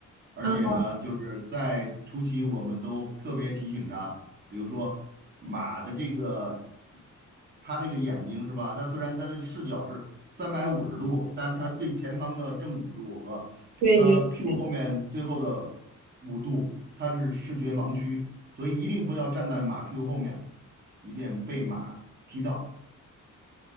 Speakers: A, on the right; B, on the right.
A: 而且呢，
B: 啊，
A: 就是在初期我们都特别提醒他，比如说马的这个。它这个眼睛是吧？它虽然它的视角是三百五十度，但它最前方的正五度和它屁股后面最后的五度，
B: 对对对。
A: 它是视觉盲区，所以一定不要站在马屁股后面，以免被马踢到。